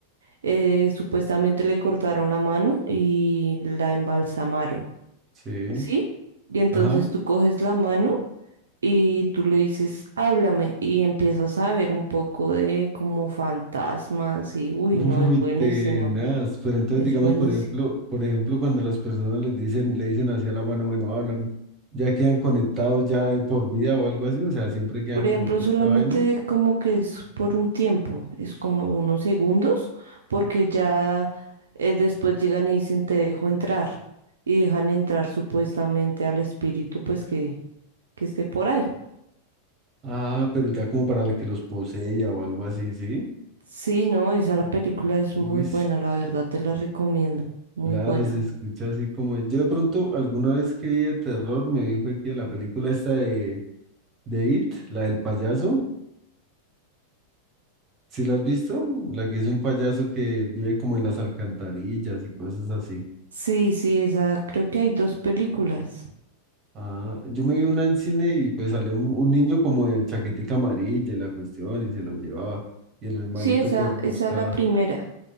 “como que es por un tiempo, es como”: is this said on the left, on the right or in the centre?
Right